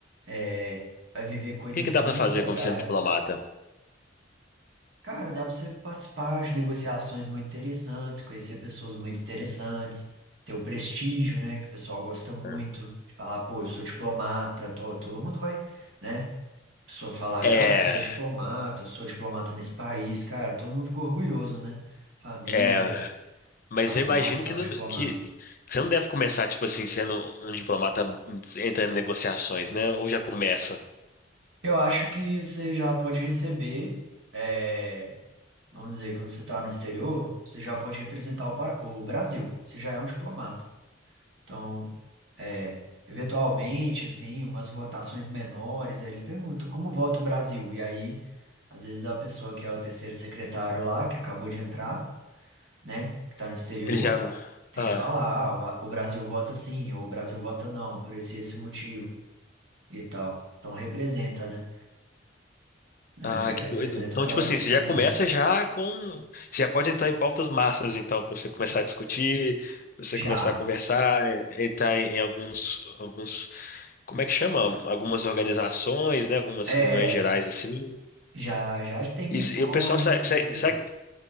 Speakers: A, on the right; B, on the left.
A: é, vai viver coisas
B: que que
A: muito
B: dá pra fazer
A: legais.
B: como sendo diplomata?
A: Cara, dá pra você participar de negociações muito interessantes, conhecer pessoas muito interessantes, ter o prestígio, né, que o pessoal gosta muito,
B: Ah.
A: de falar, pô, eu sou diplomata, to- todo mundo vai, né? A pessoa falar,
B: É,
A: ah, eu sou diplomata, eu sou diplomata nesse país, cara, todo mundo fica orgulhoso, né? Família,
B: é, mas
A: fala,
B: eu imagino
A: nossa,
B: que,
A: é
B: não,
A: um diplomata.
B: que você não deve começar, tipo assim, sendo um diplomata entrando em negociações, né? Ou já começa?
A: Eu acho que você já pode receber, é, vamos dizer, quando você está no exterior, você já pode representar o, Par- o Brasil, você já é um diplomata. Então, é, eventualmente, assim, umas votações menores, aí eles perguntam como vota o Brasil? E aí, às vezes, a pessoa que é o terceiro secretário lá, que acabou de entrar, né, que está no exterior,
B: Ele já.
A: tem
B: Ah.
A: que falar, ah, o va- o Brasil vota sim, ou o Brasil vota não, por esse esse motivo e tal. Então, representa, né? É,
B: Ah,
A: já
B: que
A: representa
B: doido. Então,
A: o Bra-
B: tipo assim, você
A: o Brasil.
B: já começa já com. Você já pode entrar em pautas massas, então, para você começar a discutir, pra você
A: Já,
B: começar a conversar, eh, entrar em, em alguns, alguns. Como é que chama? Algumas organizações, né? Algumas
A: é,
B: reuniões gerais, assim.
A: já, já tem missões,
B: E, s- e o pessoal, sabe,
A: tem
B: sabe,
A: tudo.
B: sabe,